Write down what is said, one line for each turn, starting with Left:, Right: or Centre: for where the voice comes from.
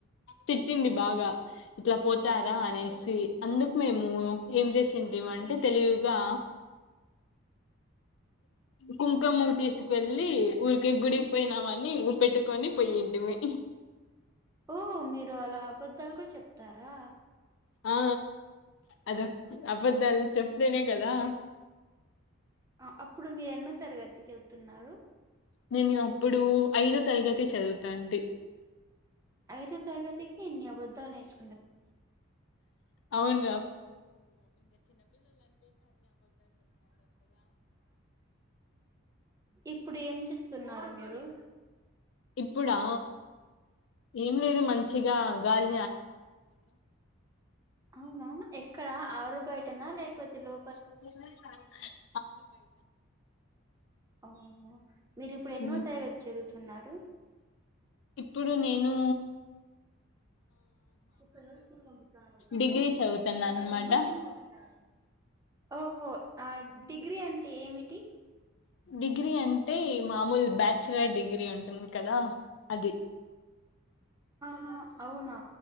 Left: తిట్టింది బాగా ఇట్లా పోతారా అనేసి అందుకు మేము ఏం చేసిందిమ అంటే తెలివిగా కుంకమ తీసు వెలి ఊరికే గుడికి పోయినామని పెట్టుకొని పోయింటిమి
Right: ఓ మీరు అలా అబద్ తలుగు చెప్తారా
Left: ఆ అద అబద్ధాలు చెప్తేనే కదా
Right: ఆ అప్పుడు మీరు ఎన్నో తరగతి చదుతున్నారు
Left: నేను అప్పుడు ఐదో తరగతి చదువుతా అండి
Right: ఐదో తరగతికి ఇన్ని అబద్ధాలు నేర్చు
Left: అవునా
Right: ఇప్పుడు ఏం చేస్తున్నారు మీరు
Left: ఇప్పుడా ఏం లేదు మం చ్చిగా గాలి
Right: అవునా ఎక్కడ? ఆరు బయటనా లేకపోతే లో
Left: ఉం
Right: ఓహో మీరు ఇప్పుడు ఎన్నో
Left: ఉమ్,
Right: తరగతి చదువు తున్నారు?
Left: ఇప్పుడు నేనూ
Right: క స్కూల్ంచ్చ
Left: డిగ్రీ చదువుతున్నా అనమాట
Right: స్కూల్కి ఓో ఆ డిగ్రీ అంటే ఏమిటి
Left: డిగ్రీ అంటే మామూలు బ్యాచ్లర్ డిగ్రీ ఉంటుంది కదా అది
Right: హహ అవునా